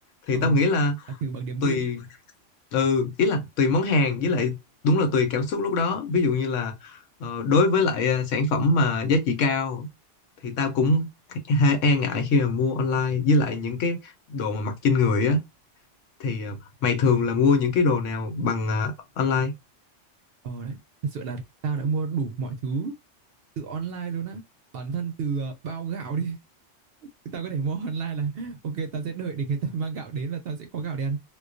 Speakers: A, on the left; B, on the right.
A: thì
B: Ờ,
A: tao nghĩ là
B: thử bằng niềm
A: tùy
B: tin
A: ừ ý là tùy món hàng với lại đúng là tùy cảm xúc lúc đó ví dụ như là ờ, đối với lại ờ, sản phẩm mà giá trị cao thì tao cũng hơi e ngại khi mà mua online với lại những cái đồ mà mặc trên người á thì ờ, mày thường là mua những cái đồ nào bằng ờ, online
B: Ờ đấy, thật sự là tao đã mua đủ mọi thứ từ online luôn á. Bản thân từ ờ, bao gạo đi, <laughs> tao có thể mua online là <laughs> ok tao sẽ đợi để người ta mang gạo đến và tao sẽ có gạo để ăn.